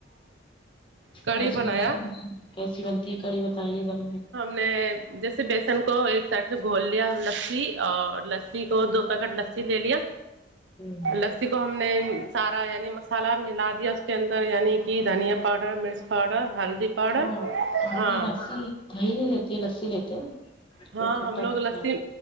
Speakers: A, on the right; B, on the left.
A: کڑی
B: کیسے
A: بنایا
B: کیسی بنتی کیسی بنتی ہے کڑی بتائیے سب
A: میں جیسے بیسن کو ایک سائیڈ سے گھول لیا لسی اور لسی کو دو پکٹ لسی لے لیا
B: ہوں
A: لسی کو ہم نے سارا یعنی مسالہ ملا دیا اس کے اندر یعنی کہ دھنیا پاؤڈر مرچ پاؤڈر ہلدی پاؤڈر
B: تو آپ
A: ہاں
B: یہ لسی دہی نہیں لیتی لسی لیتے ہیں
A: ہاں
B: تو کھٹا
A: ہم
B: کھٹا
A: لوگ لسی